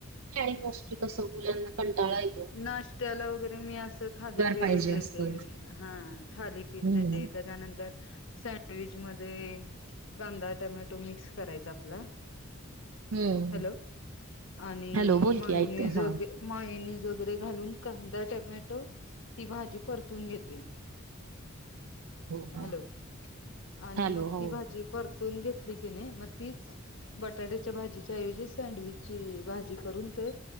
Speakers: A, on the right (about 80°); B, on the left (about 60°).
A: आणि मोस्टली कसं मुलांना कंटाळा ये
B: नाश्त्याला वगैरे मी असं थालीपीठ
A: पाहिजे
B: देते.
A: असतो
B: हा थाली
A: हम्म
B: पीठ देत त्याच्यानंतर सँड विच मध्ये कांदा टमॅटो मिक्स करायचा आपला.
A: हम्म
B: हॅलो आणि
A: हॅलो बोल
B: माहिनी
A: की ऐकते
B: जोगे
A: हा
B: मायनी जो वगैरे घालून कांदा टोमॅटो ती भाजी परतून घेते.
A: हो हा
B: हॅलो आणि
A: हॅलो
B: मग
A: हो
B: ती भाजी परतून घेतली की नाही मग तीच बटाट्याच्या भाजीच्या ऐवजी सँडविच ची भाजी करून ते